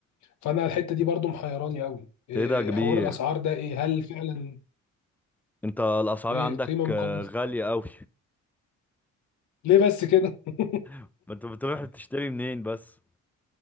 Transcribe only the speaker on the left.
فانا الحته دي برضه محيراني قوي إيه
حوار الاسعار ده ايه هل فعلا
ايه
قيمه مقابل
ليه بس كده <laughs>